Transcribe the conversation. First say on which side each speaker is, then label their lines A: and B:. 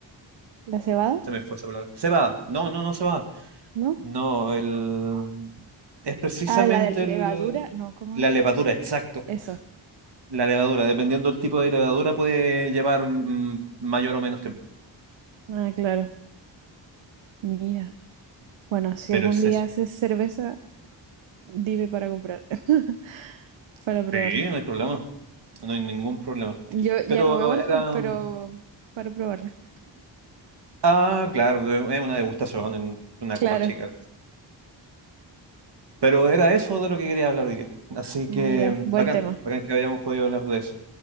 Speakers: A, on the right; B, on the right.
A: ¿La cebada?
B: se me fue esa palabra. Cebada. No, no, no cebada.
A: ¿No?
B: No, el... es precisamente
A: Ah, la levadura,
B: el...
A: no, ¿cómo
B: la
A: es?
B: levadura, exacto.
A: Eso.
B: La levadura, dependiendo del tipo de levadura, puede llevar mm, mayor o menos tiempo.
A: Ah, claro. Mira. Bueno, si
B: Pero
A: algún
B: es
A: día
B: eso.
A: haces cerveza, dime para comprar, <laughs> para probarla.
B: Sí, no hay problema. No hay ningún problema.
A: Yo ya
B: Pero
A: no bebo alcohol,
B: era...
A: pero para probarla.
B: Ah, claro, es una degustación en una
A: Claro.
B: copa chica. Pero era eso de lo que quería hablar hoy día. Así que
A: Mira,
B: mm,
A: buen
B: bacán,
A: tema.
B: bacán que habíamos podido hablar de eso.